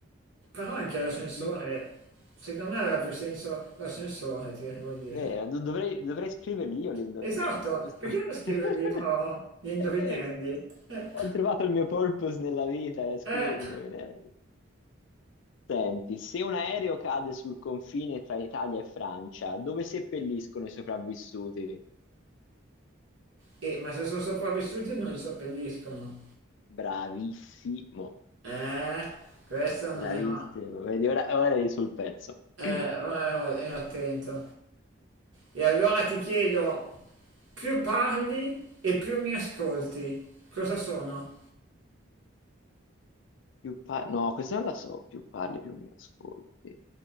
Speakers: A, on the right; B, on the left.
A: però anche l'ascensore,
B: Io,
A: secondo me aveva più senso l'ascensore, ti devo dire.
B: vero, do- dovrei, dovrei scriverli io le indovinelli
A: Esatto,
B: a questo
A: perché
B: <laughs>
A: non scrivi
B: punto.
A: un libro di indovinelli?
B: È vero,
A: Eh,
B: ho trovato il mio purpose nella vita, è scrivere
A: eh,
B: indovinelli. Senti, se un aereo cade sul confine tra Italia e Francia, dove seppelliscono i sopravvissuti?
A: eh, ma se sono sopravvissuti non li seppelliscono.
B: Bravissimo,
A: Eh, questa non
B: bravissimo.
A: era...
B: Vedi, ora, ora eri sul pezzo. <clears throat>
A: Eh,
B: Più
A: ora ero ero attento. E allora ti chiedo, più parli e più mi ascolti, cosa sono?
B: pa- no, questa non la so, più parli, più mi ascolti.